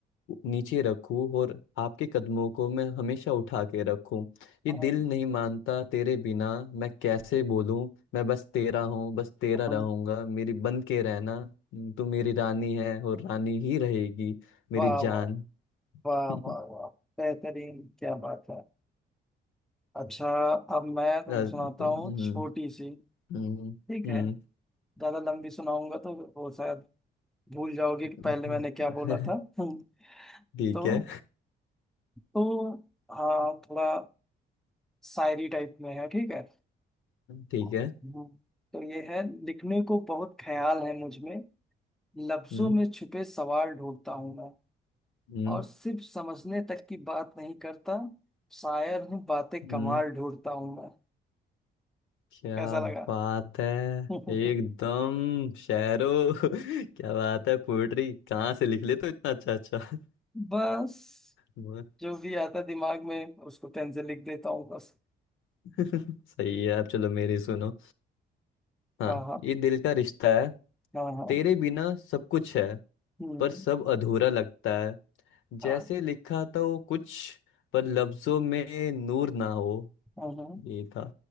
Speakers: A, on the left; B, in the centre.
A: नीचे रखूं और आपके कदमों को मैं हमेशा उठा के रखूं ये
B: हाँ,
A: दिल
B: हाँ,
A: नहीं मानता तेरे बिना मैं कैसे बोलूं मैं बस तेरा हूँ बस तेरा
B: हाँ, हाँ,
A: रहूंगा मेरी बन के रहना तू मेरी रानी है और रानी ही रहेगी मेरी
B: वाह
A: जान
B: वाह वाह
A: <laughs>
B: वाह वाह बेहतरीन क्या बात है अच्छा अब मैं तुमको
A: राज-
B: सुनाता
A: हम्म,
B: हूँ छोटी
A: हम्म,
B: सी
A: हम्म,
B: ठीक
A: हम्म,
B: है ज्यादा लंबी सुनाऊंगा तो वो शायद भूल जाओगे
A: <laughs>
B: कि पहले मैंने क्या बोला था हम्म,
A: ठीक
B: तो
A: है
B: तो हाँ थोड़ा शायरी टाइप में है ठीक है
A: ठीक
B: हम्म।
A: है
B: तो ये है लिखने को बहुत ख्याल है मुझ में लफ्जों
A: हम्म
B: में छुपे सवाल ढूंढता हूँ मैं
A: हम्म
B: और सिर्फ समझने तक की बात नहीं करता शायर हूँ बातें
A: हम्म,
B: कमाल ढूंढता हूँ मैं
A: क्या
B: कैसा लगा
A: बात है
B: <laughs>
A: एकदम शेरो <laughs> क्या बात है पोएट्री कहाँ से लिख ले तो इतना अच्छा अच्छा
B: बस
A: वाह।
B: जो भी आता दिमाग में उसको पेन से लिख देता हूँ बस
A: <laughs> सही है आप चलो मेरी सुनो हाँ
B: हाँ हाँ
A: ये दिल का रिश्ता है
B: हाँ हाँ
A: तेरे बिना सब कुछ है
B: हम्म
A: पर सब अधूरा लगता है जैसे
B: हाँ।
A: लिखा था वो कुछ पर लफ्जों में नूर ना हो
B: हाँ हाँ
A: ये था